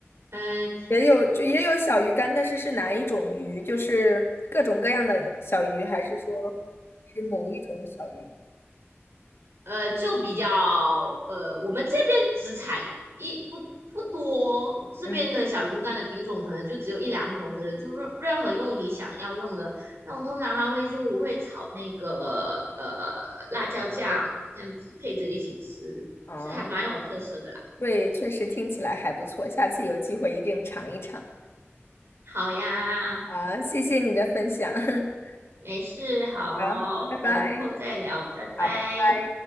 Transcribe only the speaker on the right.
嗯。
呃，就比较呃，我们这边只产一不不多，这边的小鱼干的品种可能就只有一两种，
可能就任任何用你想要用的。那我通常它会就我会炒那个呃辣椒酱，这样子配着一起吃，
是还蛮有特色的啦。
好呀，
没事，好，
有空再聊，拜拜。